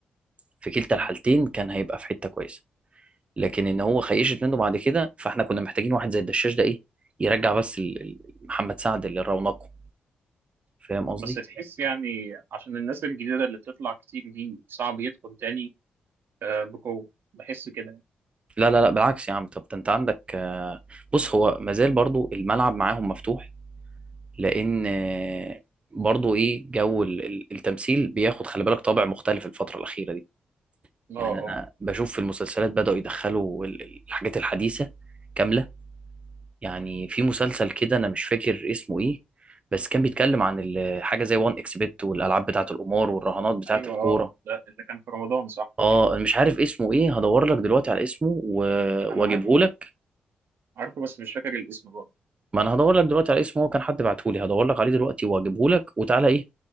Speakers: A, on the right (about 30°); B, on the right (about 70°).
A: في كلتا الحالتين
B: مم.
A: كان هيبقى في حته كويسه لكن ان هو خيشت منه بعد كده فاحنا كنا محتاجين واحد زي الدشاش ده ايه يرجع بس ال- ال- محمد سعد اللي رونقه فاهم قصدي
B: بس تحس يعني عشان الناس الجديدة اللي بتطلع كتير دي صعب يدخل تاني آه، بقوة بحس كده يعني
A: لا لا لا بالعكس يا عم طب ده انت عندك آه، بص هو مازال برضو الملعب معاهم مفتوح لان آه، برضو ايه جو ال- ال- التمثيل بياخد خلي بالك طابع مختلف الفتره الاخيره دي يعني
B: اه
A: انا
B: اه
A: بشوف في المسلسلات بدأوا يدخلوا ال- ال- الحاجات الحديثة كاملة يعني في مسلسل كده انا مش فاكر اسمه ايه بس كان بيتكلم عن ال- حاجة زي وان اكس بت والالعاب بتاعة القمار والرهانات بتاعة
B: ايوه
A: الكورة
B: اه ده اللي كان في رمضان صح
A: اه
B: أيوة.
A: أنا مش عارف اسمه ايه هدور لك دلوقتي على اسمه و...
B: انا
A: واجيبه
B: آه. عارفه
A: لك
B: عارفه بس مش فاكر الاسم برضه
A: ما انا هدور لك دلوقتي على اسمه هو كان حد بعته لي هدور لك عليه دلوقتي واجيبه لك وتعالى ايه